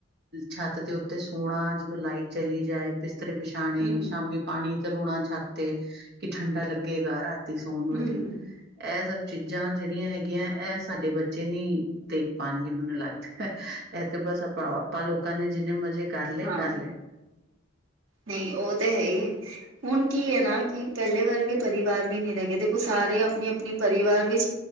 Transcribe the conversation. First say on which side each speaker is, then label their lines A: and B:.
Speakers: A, on the right (about 55°); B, on the right (about 80°).
A: ਛੱਤ ਦੇ ਉੱਤੇ ਸੋਣਾ ਜਦੋਂ ਲਾਈਟ ਚਲੀ ਜਾਏ ਬਿਸਤਰੇ ਵਸ਼ੋਂ ਵਿਛਾਣੇ
B: ਹੂੰ
A: ਸ਼ਾਮੀ ਪਾਣੀ ਤਰੋਣਾ ਛੱਤ ਤੇ ਕਿ ਠੰਡਾ ਲੱਗੇਗਾ ਰਾਤੀ ਰਾਤੀ ਸੌਣ ਵਾਲੇ
B: ਹੂੰ
A: ਐਹ ਸਭ ਚੀਜ਼ਾਂ ਜਿਹੜੀਆਂ ਹੈਗੀਆਂ ਇਹ ਸਾਡੇ ਬੱਚੇ ਨੀ ਦੇਖ ਪਾਉਣਗੇ ਮੈਨੂੰ ਲੱਗਦਾ ਐਹ ਤੇ ਬਸ ਆਪਾਂ ਆਪਾਂ ਲੋਕਾਂ ਨੇ ਜਿੰਨੇ ਮਜ਼ੇ ਕਰ ਲਏ
B: ਹਾਂ
A: ਕਰ ਲਏ
B: ਨਹੀਂ ਉਹ ਤੇ ਹੈ ਹੀ ਹੁਣ ਕੀ ਹੈ ਨਾ ਕੀ ਪਹਿਲੇ ਵਰਗੇ ਪਰਿਵਾਰ ਵੀ ਨਹੀਂ ਰਹਿ ਗਏ, ਦੇਖੋ ਸਾਰੇ ਆਪਣੀ- ਆਪਣੀ ਪਰਿਵਾਰ ਵਿੱਚ